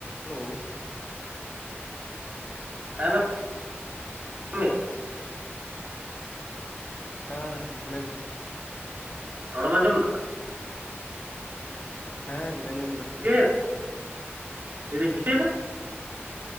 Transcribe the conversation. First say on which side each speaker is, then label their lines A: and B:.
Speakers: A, on the left (about 35°); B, on the right (about 50°).
A: ᱞᱳ
B: <inaudible> ᱢᱮᱭᱟ
A: ᱦᱮᱸ ᱞᱟᱹᱭ ᱢᱮ᱾
B: ᱨᱚᱲᱮᱢ ᱟᱸᱡᱚᱢᱫᱟ?
A: ᱦᱮᱸᱧ ᱟᱸᱡᱚᱢᱫᱟ᱾
B: ᱪᱮᱫ ᱞᱟᱹᱭᱮᱫᱟᱹᱧ ᱪᱤᱠᱟᱹᱭᱫᱟ?